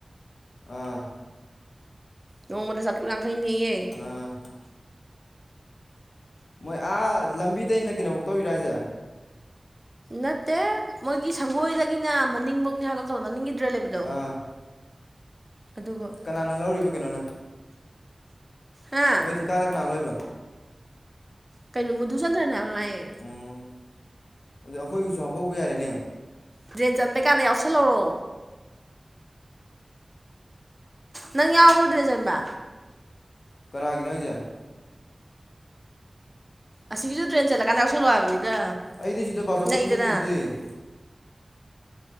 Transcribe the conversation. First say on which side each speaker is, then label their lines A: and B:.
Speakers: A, on the left; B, on the right.
A: ꯑꯥ
B: ꯅꯣꯡꯃꯗ ꯆꯥꯇꯔꯨꯛ ꯌꯥꯡꯈꯩꯅꯦꯌꯦ꯫
A: ꯑꯥ ꯃꯣꯏ ꯑꯥ ꯂꯝꯕꯤꯗꯩꯅ ꯀꯩꯅꯣꯕꯨꯛ ꯇꯧꯔꯤꯔꯥ ꯍꯥꯏꯁꯦ꯫
B: ꯅꯠꯇꯦ ꯃꯣꯏꯒꯤ ꯁꯪꯒꯣꯏꯗꯒꯤꯅ ꯃꯅꯤꯡꯕꯛꯅꯦ <unintelligible> ꯃꯅꯤꯡꯒꯤ <unintelligible>
A: ꯑꯥ
B: ꯑꯗꯨꯕꯨ
A: ꯀꯅꯥꯅ ꯂꯧꯔꯤꯕ ꯀꯩꯅꯣꯅ?
B: ꯍꯥ
A: ꯃꯣꯏ ꯊꯤ ꯀꯥꯅ ꯀꯅꯥ ꯂꯣꯏꯕ?
B: ꯀꯩꯅ ꯃꯙꯨꯆꯟꯗ꯭ꯔꯅ ꯉꯥꯌꯦ
A: ꯎꯝ ꯑꯗꯨ ꯑꯩꯈꯣꯏꯒꯤꯁꯨ ꯍꯥꯐꯧꯕ ꯌꯥꯔꯦꯅꯦ꯫
B: ꯗ꯭ꯔꯦꯟ ꯆꯟꯕꯩ ꯀꯥꯟꯗ ꯌꯥꯎꯁꯜꯍꯧꯔꯣ꯫ ꯅꯪ ꯌꯥꯎꯕꯔꯣ ꯗꯔ꯭ꯦꯟ ꯆꯟꯕ?
A: ꯀꯅꯥꯒꯤꯅꯣ ꯍꯥꯏꯁꯦ?
B: ꯑꯁꯤꯒꯤꯁꯨ ꯗ꯭ꯔꯦꯟ ꯆꯜꯂꯀꯥꯟꯗ ꯌꯥꯎꯁꯜꯂꯣ ꯍꯥꯏꯕꯅꯤꯗ
A: ꯑꯩꯗꯤ ꯁꯤꯗ ꯕꯥꯆꯧꯒꯤ
B: ꯅꯛꯏꯗꯅ꯫
A: ꯆꯠꯂꯤꯁꯤꯗꯤ